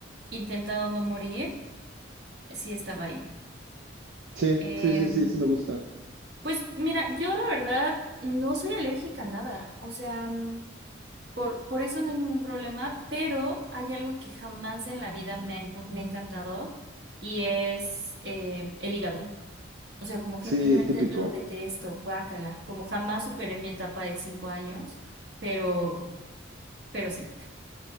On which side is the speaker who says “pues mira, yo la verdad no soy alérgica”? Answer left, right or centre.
Right